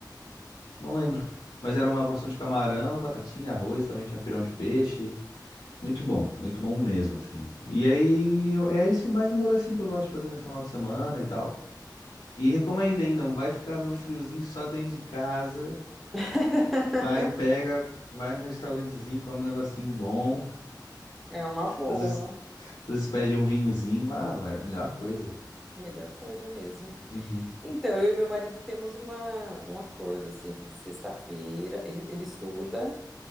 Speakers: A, on the left (about 80°); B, in the centre.
A: Não lembro. Mas era uma porção de camarão, batatinha, arroz, também tinha pirão de peixe. Muito bom, muito bom mesmo, assim. E aí, eu- é esse mais o rolê assim que eu gosto de fazer no final de semana e tal. E recomendo hein, não vai ficar do friozinho só dentro de casa.
B: <laughs>
A: Vai, pega, vai no restaurantezinho, come um negocinho bom.
B: É uma boa,
A: Às vezes, às vezes pede um vinhozinho. Ah, a melhor coisa.
B: melhor coisa mesmo.
A: Uhum.
B: Então, eu e meu marido temos uma, um acordo, assim, que de sexta-feira ele, ele estuda,